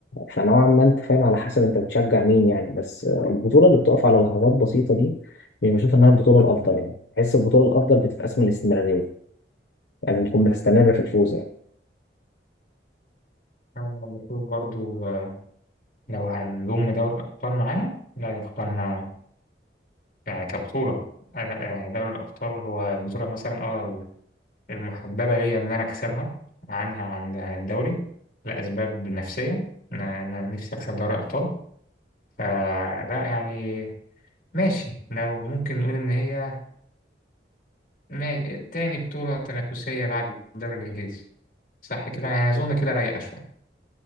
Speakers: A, on the left; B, on the left.
A: فنوعا ما انت فاهم على حسب انت بتشجع مين يعني بس البطوله اللي بتقف على لحظات بسيطه دي مش بشوف انها البطوله الافضل يعني بحس البطوله الافضل بتتقاس من الاستمراريه لازم يعني تكون بتستمر في الفوز يعني
B: أنا بشوف برضو آه، لو هنضم دوري الأبطال معانا لا يا إخوانا يعني كبطولة آه، لا، آه، دوري الأبطال هو البطولة مثلا اه المحببة ليا إن أنا أكسبها عنها عن الدوري لأسباب نفسية إن إن أنا نفسي أكسب دوري أبطال فلا يعني ماشي لو ممكن نقول إن هي ماشي. تاني بطولة تنافسية بعد الدوري الإنجليزي صح كده يعني أظن كده رايقة شوية